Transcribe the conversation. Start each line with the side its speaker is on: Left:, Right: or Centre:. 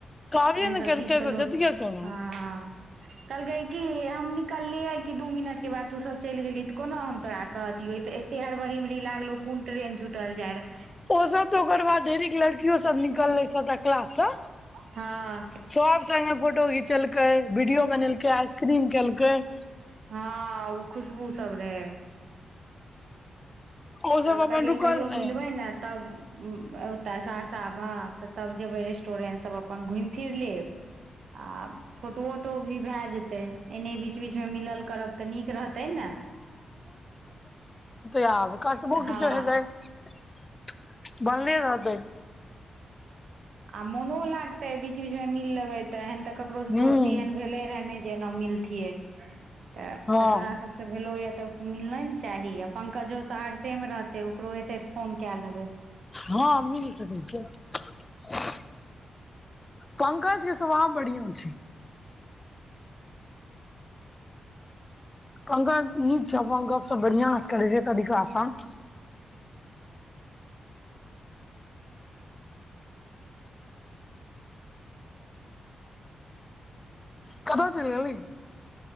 Left: कहबे
Right: एन
Left: ने
Right: सब
Left: केलकै
Right: चीज कलो
Left: तऽ जतियै केना
Right: हँ कहलकेँ की हम निकललिये की दू मिनट केँ बाद तू सब चलि गेली त कोना हम तोरा कहतियो ते एते हड़बरीमरी रहि जे लाड़लों कोन ट्रेन छुटल जाय रहो
Left: ओसभ तऽ ओकर बाद ढेरिक लड़कियोसभ निकललै छै क्लाससँ
Right: हँ
Left: सब संगे फोटो घीच केलकै वीडियो बनेलकै आइसक्रीम खेलकय
Right: हँ ओ खुशबू सब रहय
Left: ओ
Right: तऽ
Left: सब अपन
Right: कहलियै
Left: रुकल
Right: कहियो
Left: रहै
Right: मिलबै ने तब ओतय सहरसामे तऽ तब जेबै रेस्टोरेंट सभ अपन घुमि फिरि लेब आ फोटो वटो भी भाए जेतै एने बीच बीचमे मिलल करब तऽ नीक रहतै ने
Left: तब कटबो
Right: हँ
Left: किछू है त इ बनलै रहत इ
Right: मनो लागते बीच बीच मे मिल लेबय तऽ एहन तऽ ककरो से
Left: हूँ
Right: दोस्ती एहन भेले रहय न इ जेना मिलतियए तऽ
Left: हँ
Right: तोरा सबसे भेलौ यऽ तऽ मिलना ने चाही आ पंकजो सहरसेमे रहतय ओकरो हेतै तऽ फोन कए लेबै
Left: हँ मिल सकैत छिय पंकज केँ स्वभाव बढ़ीए छि
Right: <inaudible> आ
Left: पंकज नीक छै अपनगप सप बढ़िआँसँ करै छै तरीका आसान कतऽ चल गेली